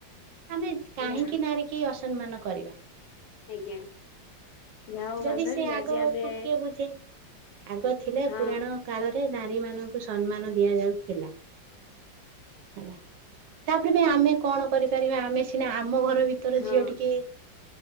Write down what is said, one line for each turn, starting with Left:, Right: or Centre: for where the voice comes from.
Right: ଆମେ କାହିଁକି
Left: ଯାହା
Right: ନାରୀ କି ଅସମ୍ମାନ କରିବା?
Left: ଆଜ୍ଞା ଯାହା ହଉ
Right: ଯଦି
Left: ବାନ୍ଧବି
Right: ସେ ଆଗକୁ
Left: ଆଜି ଆମେ
Right: କିଏ ବୁଝେ ଆଗ ଥିଲେ
Left: ହଁ
Right: ପୁରାଣ କାଳରେ ନାରୀ ମାନଙ୍କୁ ସମ୍ମାନ ଦିଆଯାଉଥିଲା। ହେଲା ତାପରେ ବି ଆମେ କଣ କରିପାରିବା ଆମେ ସିନା ଆମ ଘର ଭିତରେ
Left: ହଁ
Right: ଝିଅ ଟିକେ